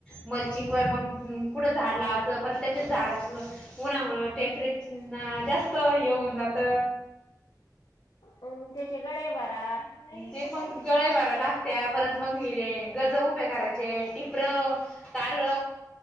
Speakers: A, in the centre; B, on the left.
A: मलचिंगवर मंग कुठं झाड लावायचं परत त्याच्याच झाडाचं उन्हामुळं टेम्परे ना जास्त हे होऊन जात.
B: आणि त्याचे गळे भरा लई
A: ते
B: कुटाणे.
A: मंग गळे भरा लाक त्या परत मंग हिरे, गज उभे करायचे टिप्र, तार